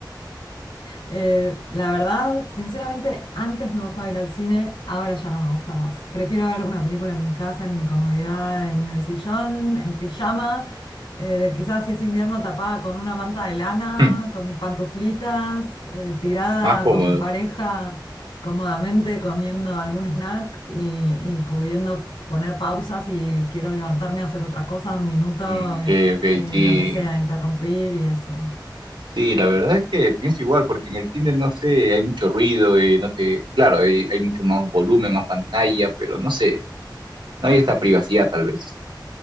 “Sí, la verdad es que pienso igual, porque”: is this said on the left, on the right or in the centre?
Right